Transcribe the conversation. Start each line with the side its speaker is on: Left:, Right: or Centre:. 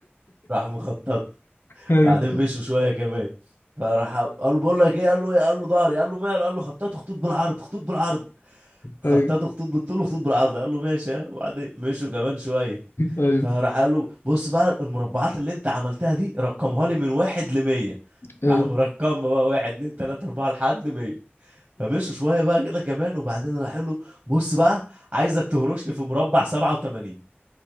Right: راح مخطط
Left: ايوه
Right: بعدين مشوا شويه كمان فراح قال له بقول لك ايه قال له ايه قال له ظهري قال له ماله قال له خططوا خطوط بالعرض خطوط بالعرض خططوا
Left: ايوه
Right: خطوط بالطول وخطوط بالعرض قال له ماشي ها. وبعدين مشوا كمان شويه
Left: ايوه
Right: فراح قال له بص بقى المربعات اللي انت عملتها دي رقمها لي من واحد لمية
Left: ايوه
Right: راح مرقم بقى واحد اتنين تلاتة أربعة لحد مية فمشوا شوية بقى كده كمان وبعدين راح قال له بص بقى عايزك تهرش لي في مربع سبعة وتمانين